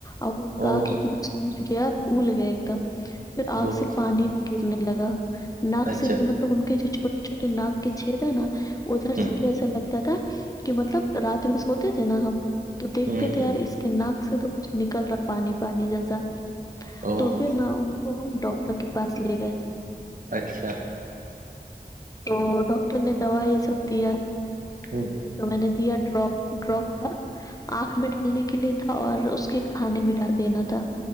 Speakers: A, on the left; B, on the right.
A: اب
B: اوہ
A: کا آکھ اتنا سوج گیا پھول گیا ایک دم پھر
B: اوہ
A: آنکھ سے پانی بھی گرنے لگا ناک
B: اچھا
A: سے لیے مطلب ان کے جو چھوٹے چھوٹے ناک کے چھید ہے نا ادھر
B: ہ
A: سے بھی ایسا لگتا تھا کہ مطلب رات میں سوتے تھے نا ہم تو دیکھتے
B: ہ ہ
A: تھے یار اس کہ ناک سے تو کچھ نکل رہا پانی پانی جیسا
B: اوہ
A: تو پھر نہ ان کو ہم ڈاکٹر کے پاس لے گئے
B: اچھا
A: تو ڈاکٹر نے دوائی یہ سب دیا
B: ہوں ہوں
A: تو میں نے دیا ڈراپ ڈراپ کا آنکھ میں ڈالنے کے لیے تھا اور اس کے کھانے میں ڈال دینا تھا